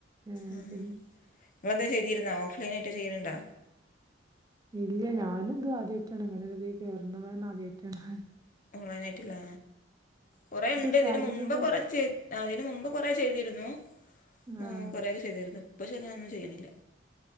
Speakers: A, on the right; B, on the left.
A: ഏഹ്
B: ഉം
A: അത് ശരി
B: ങ്ങളെന്തേ ചെയ്തിരുന്നോ ഓഫ്‌ലൈനായിട്ട് ചെയ്യ്ണ്ണ്ടോ
A: ഇല്ല ഞാനിത് ആദ്യായിട്ടാണ്. ഇങ്ങന ഒരുതീ കേർണത് ന്നെ ആദ്യയിട്ടാണ്.
B: ഓൺലൈനായിട്ട് ല്ലേ കൊറേണ്ട്
A: സ്റ്റാറ്റസ്
B: ഇതിന് മുമ്പ്
A: ഒക്കെ
B: കൊറേ ചെ ആഹ് ഇതിന് മുമ്പ് കൊറെ ചെയ്തിരുന്നു ഉം
A: ആഹ്
B: കൊറെ ചെയ്രുന്നു ഇപ്പ ഷെ ഞാനൊന്നും ചെയ്യണില്ല